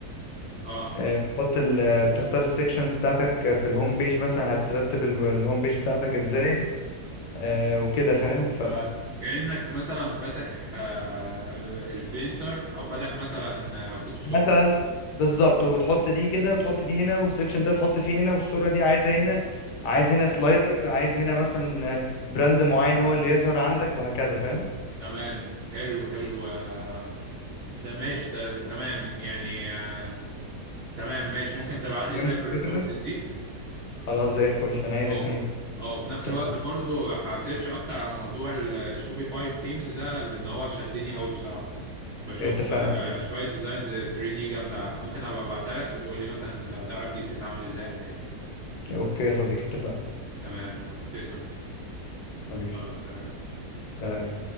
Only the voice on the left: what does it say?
آه، بتحط ال آه، بتختار السكشنز بتاعتك آه، في الهوم بيج مثلا هترتب ال- الهوم بيج بتاعتك ازاي آه، وكده فاهم ف
مثلا بالظبط وبتحط دي كده وتحط دي هنا والسكشن ده تحط فيه هنا والصورة دي عايزة هنا عايز هنا سلايدر عايز هنا مثلا آه، براند معين هو اللي يظهر عندك وهكذا فاهم
فهمت
الفكرة
خلاص زي الفل هنا الاتنين
اتفقنا
اتفقنا يا
صديقي
اوكي يا صديقي اتفقنا
حبيبي
سلام